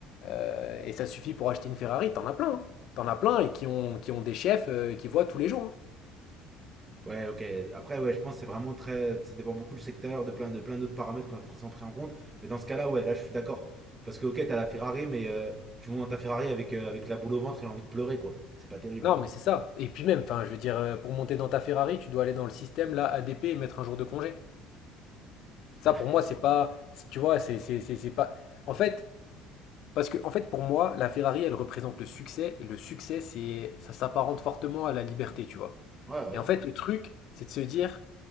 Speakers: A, on the left; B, on the right.
A: euh, et ça suffit pour acheter une Ferrari, t'en as plein. hein. T'en as plein et qui ont, qui ont des chefs euh, qui voient tous les jours. hein.
B: Ouais, ok. Après, ouais, je pense que c'est vraiment très. Ça dépend beaucoup du secteur, de plein, de plein d'autres paramètres qu'on a forcément pris en compte. Mais dans ce cas-là, ouais, là, je suis d'accord. Parce que, ok, t'as la Ferrari, mais euh, tu montes dans ta Ferrari avec, euh, avec la boule au ventre et l'envie de pleurer, quoi. C'est pas terrible.
A: Non, mais c'est ça. Et puis même, enfin, je veux dire, euh, pour monter dans ta Ferrari, tu dois aller dans le système là, ADP et mettre un jour de congé. Ça,
B: Ouais,
A: pour moi, c'est pas, tu vois, c'est, c'est, c'est c'est pas. En fait, Parce que, en fait, pour moi, la Ferrari, elle représente le succès, et le succès, c'est, ça s'apparente fortement à la liberté, tu vois.
B: ouais. ouais.
A: Et en fait, le truc, c'est de se dire,